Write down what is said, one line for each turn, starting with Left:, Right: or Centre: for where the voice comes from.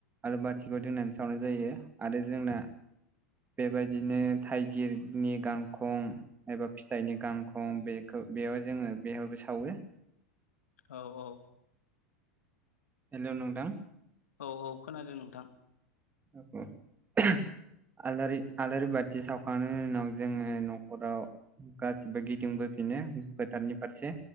Right: आलारि बाथिबो दोनना सावनाय जायो आरो जोंना बेबायदिनो थाइगिरनि गांखं एबा फिथाइनि गांखं बेखौ बेयाव जोङो बेहायबो सावो।
Left: औ-औ
Right: हेलौ नोंथां।
Left: औ-औ खोनादों नोंथां।
Right: गुजुनाय आलारि आलारि बाथि सावखांनायनि उनाव जोङो न'खराव गासिबो गिदिंबो फिनो फोथारनि फारसे